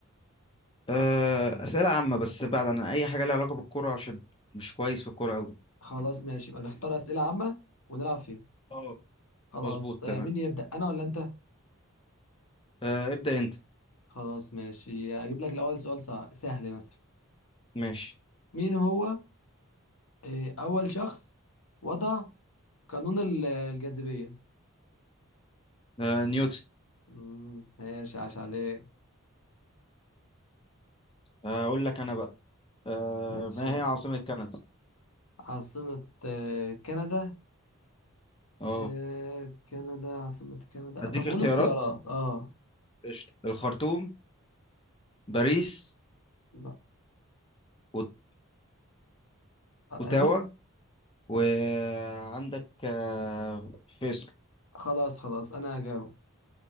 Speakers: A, on the left; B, on the left.
A: آه، أسئلة عامة بس بعد عن أي حاجة ليها علاقة بالكرة عشان مش كويس في الكرة أوي
B: خلاص ماشي يبقى نختار اسئله عامه ونلعب فيها
A: اه
B: خلاص
A: مظبوط
B: آه،
A: تمام
B: مين يبدا انا ولا انت
A: آه، ابدأ أنت
B: خلاص ماشي هجيب لك الأول سؤال سع- سهل مثلا
A: ماشي
B: مين هو آه، أول شخص وضع قانون ال- الجاذبية
A: آه نيوتن
B: مم، ماشي عاش عليه
A: آه، أقول لك أنا بقى آه،
B: ماشي
A: ما
B: يلا
A: هي عاصمة كندا؟
B: عاصمة آه، كندا
A: اه
B: آه، كندا عاصمة كندا
A: أديك
B: طب قول
A: اختيارات
B: اختيارات اه
A: قشطة الخرطوم باريس
B: لا
A: أوت-
B: آه،
A: أوتاوا
B: بص
A: وعندك آه، فيصل
B: خلاص خلاص أنا هجاوب